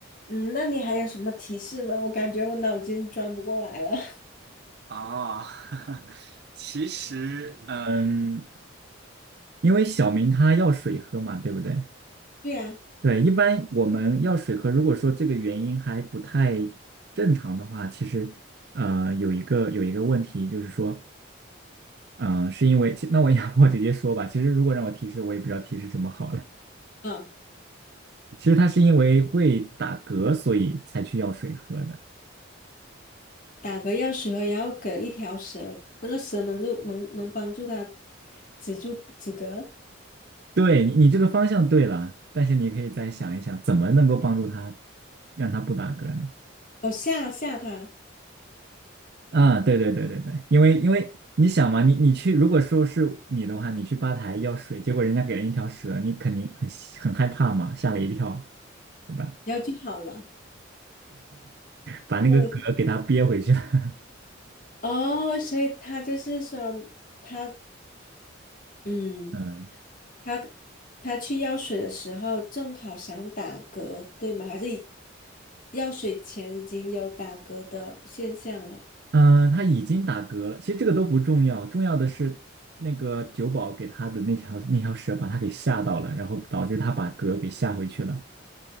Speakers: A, on the left; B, on the right.
A: 嗯，那你还有什么提示吗？我感觉我脑筋转不过来了。<laughs>
B: 哦，<laughs> 其实，呃嗯，因为小明他要水喝嘛，对不对？
A: 对呀，
B: 对，一般我们要水喝，如果说这个原因还不太正常的话，其实呃有一个有一个问题就是说，嗯、是因为其那我要 <laughs> 我直接说吧，其实如果让我提示，我也不知道提示什么好了。
A: 啊，
B: 其实他是因为会打嗝，所以才去要水喝的。
A: 打嗝药水后，然后给一条蛇，那个蛇能就能能帮助它止住止嗝，
B: 对你，你这个方向对了，但是你可以再想一想，怎么能够帮助他让他不打嗝呢？
A: 我吓吓它，
B: 啊，对对对对对，因为因为你想嘛，你你去，如果说是你的话，你去吧台要水，结果人家给了一条蛇，你肯定很很害怕嘛，吓了一跳，对吧？
A: 然后就好了。
B: 把那个嗝给他憋回去了。
A: 我的天
B: <laughs>
A: 哦，所以他就是说，他嗯，
B: 嗯
A: 他他去药水的时候正好想打嗝，对吗？还是已药水前已经有打嗝的现象了。
B: 嗯，呃他已经打嗝了，其实这个都不重要，重要的是那个酒保给他的那条那条蛇把他给吓到了，然后导致他把嗝给吓回去了。